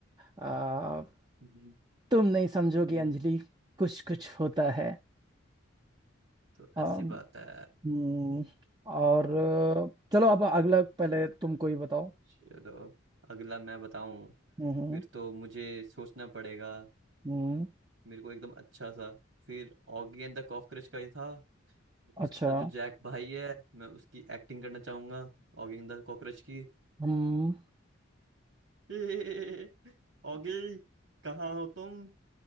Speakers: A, on the right; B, on the right.
A: आ,
B: हम्म
A: तुम नहीं समझोगी
B: हम्म,
A: अंजलि कुछ कुछ होता है
B: तो
A: आ,
B: ऐसी बात है
A: हम्म, और चलो अब अगला पहले तुम कोई बताओ
B: चलो अगला मैं बताऊं
A: हम्म
B: फिर तो मुझे सोचना पड़ेगा
A: हम्म,
B: मेरे को एकदम अच्छा सा फिर ऑगी एंड द कॉकरोच का ही था उसका
A: अच्छा
B: जो जैक भाई है मैं उसकी एक्टिंग करना चाहूंगा ऑगी एंड द कॉकरोच की
A: हम्म
B: <laughs> ऑगी कहाँ हो तुम